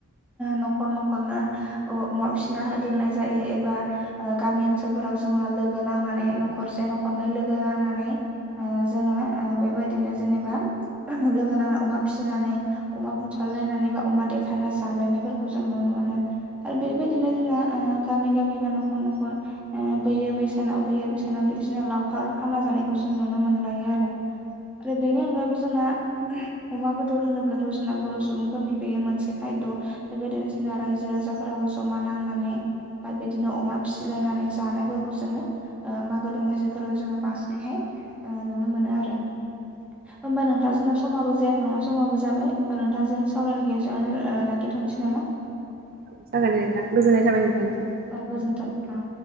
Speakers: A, in the centre; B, on the right (about 40°).
A: न'खर न'खरनो अमा फिसिना दोननाय जायो एबा ओ गामि ओनसोलफोराव जोंना लोगो नांनानै न'खरसे न'खरनै लोगो नांनानै ओ जोङो बेबायदिनो जेनेबा लोगो नांना अमा फिसिनानै अमा बुथारलायनानै बा अमा देरथारना जालायनायफोरखौ जों नुनो मोनो आरो बेबायदिनो जोंना गामि गामि बा न'खर न'खर बोयो बैसानाव बोयो बैसानाव बिदिसिनो लावखार खाना जानायखौ जों नुनो मोनलायो आरो आरो बेनि अनगायैबो जोंना अमा बेदर होनोब्ला रजुना बर' सुबुंफोरनि बेयो मोनसे खायद' बेबायदिसिना रायजो राजाफोराबो जमा नांनानै बा बिदिनो अमा फिसिलायनानै जानायफोरखौ जोङो मागो दमासिफोराव जोङो बांसिनैहाय नुनो मोनो आरो होमबा नोंथां जोंना समाबो जायाखै नङा समाबो जाबाय होमबा नोंथाङा जोंनि सावरायनाय गेजसेनो लाखिथ'नोसै नामा
B: औ जागोन दे नोंथां गोजोननाय थाबाय नोंथांनिसिम
A: औ गोजोन्थों औ।